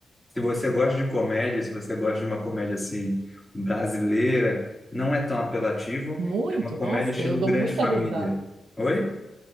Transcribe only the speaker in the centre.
Se você gosta de comédia, se você gosta de uma comédia assim brasileira, não é tão apelativo.
É uma comédia
estilo
Grande
Família.
Oi?